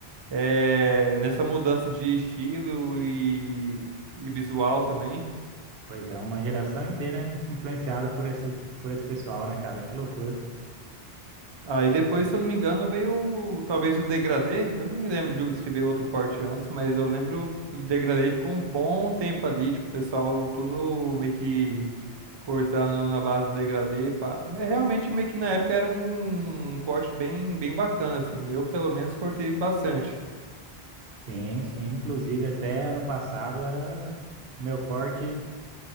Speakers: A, on the right; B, on the right.
A: eh, nessa mudança de estilo e, e visual também.
B: Pois é, uma geração inteira influenciada por esse, por esse pessoal, né, cara? Que loucura.
A: Aí depois,
B: Sim.
A: se eu não me engano, veio o- talvez o degradê. Eu não me lembro de se veio outro corte antes, mas eu lembro do degradê e ficou um bom tempo ali, tipo, o pessoal tudo meio que cortando na base do degradê, pá. É realmente meio que na época era um um corte bem bem bacana assim. Eu pelo menos cortei bastante.
B: Sim, sim. Inclusive, até ano passado era meu corte